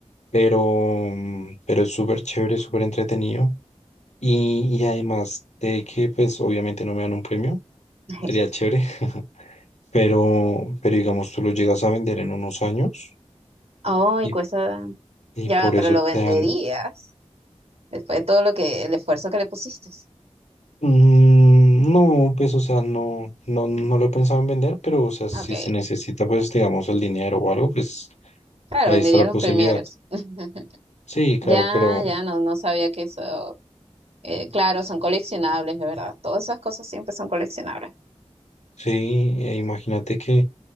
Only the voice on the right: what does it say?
<laughs>
Oh,
y cuesta.
Ya,
pero
lo venderías
después de todo lo que, el esfuerzo que le pusiste.
Ok.
Claro,
venderías
los primeros. <laughs>
Ya,
ya, no, no sabía que eso. eh, claro, son coleccionables, de verdad. Todas esas cosas siempre son coleccionables.